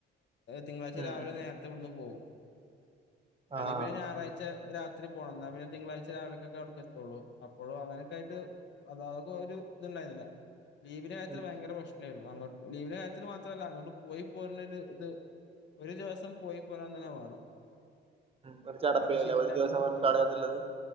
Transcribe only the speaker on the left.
തിങ്കളാഴ്ച
രാവിലെ
നേരത്തെ ഇവിടുന്ന് പോവും അല്ലെ
പിന്നെ ഞായറാഴ്ച രാത്രി പോകണംന്നാൽ പിന്നെ തിങ്കളാഴ്ച രാവിലെക്കൊക്കെ അവിടെക്ക് എത്തുള്ളൂ അപ്പോഴും അങ്ങനൊക്കെ ആയിട്ട് അതാ ഒരു ഇത്ണ്ടായിന്നില്ല ലീവിന്റെ കാര്യത്തിൽ
ഭയങ്കര പ്രശ്നമായിരുന്നു അങ്ങോട്ട് ലീവിന്റെ കാര്യത്തിൽ മാത്രല്ല അങ്ങോട്ട് പോയി പോര ഒരു ഇത് ഒരു ദിവസം പോയി പോരാൻ തന്നെ വേണം
അപ്പൊ അത് ഷിഫ്റ്റ്
ആ